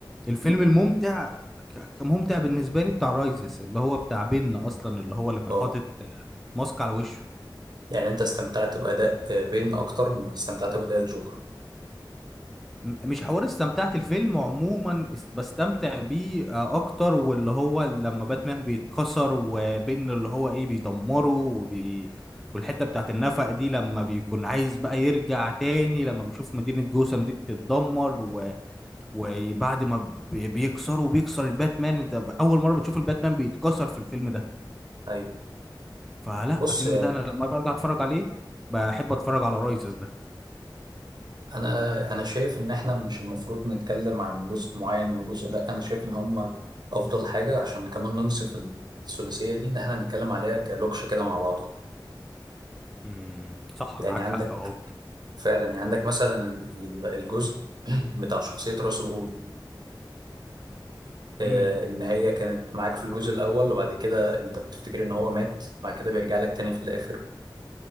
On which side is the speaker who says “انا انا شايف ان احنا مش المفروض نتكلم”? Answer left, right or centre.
Right